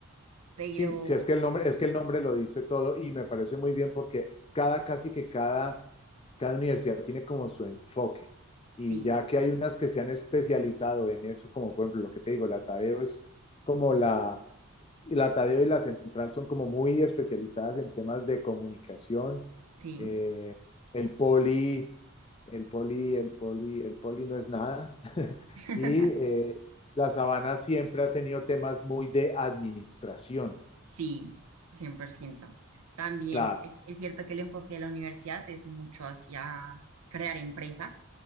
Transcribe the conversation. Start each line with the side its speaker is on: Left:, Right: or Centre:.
Right: pero
Left: Sí, sí, es que el nombre, es que el nombre lo dice todo y me parece muy bien porque cada, casi que cada, cada universidad tiene como su enfoque.
Right: sí,
Left: Y ya que hay unas que se han especializado en eso, como por ejemplo lo que te digo, la Tadeo es como la, la Tadeo y la Central son como muy especializadas en temas de comunicación.
Right: sí,
Left: Eh, el Poli, el Poli, el Poli, el Poli no es nada. <laughs>
Right: <laughs>
Left: Y eh, la Sabana siempre ha tenido temas muy de administración.
Right: sí, 100%. También
Left: Claro,
Right: es, es cierto que el enfoque de la universidad es mucho hacia crear empresa,